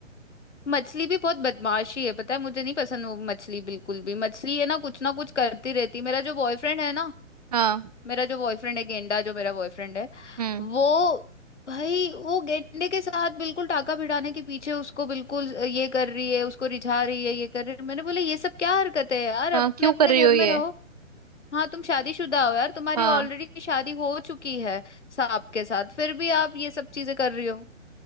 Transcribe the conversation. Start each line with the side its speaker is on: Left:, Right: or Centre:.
Left: मछली भी बहुत बदमाशी है पता है मुझे नहीं पसंद वो मछली बिल्कुल भी मछली है ना कुछ ना कुछ करती रहती है। मेरा जो बॉयफ्रेंड है ना
Right: हाँ
Left: मेरा जो बॉयफ्रेंड है गेंडा जो मेरा बॉयफ्रेंड है
Right: हम्म
Left: वो भाई वो गेंडे के साथ बिल्कुल टाका भिड़ाने के पीछे उसको बिल्कुल अ, ये कर रही है उसको रिझा रही है ये कर रही है मैंने बोला ये सब क्या हरकत है यार
Right: हाँ
Left: अपने
Right: क्यों
Left: अपने
Right: कर रही
Left: घर
Right: हो
Left: में
Right: ये
Left: रहो हाँ तुम शादीशुदा हो यार तुम्हारी
Right: हाँ
Left: ऑलरेडी शादी हो चुकी है सांप के साथ फिर भी आप ये सब चीजें कर रही हो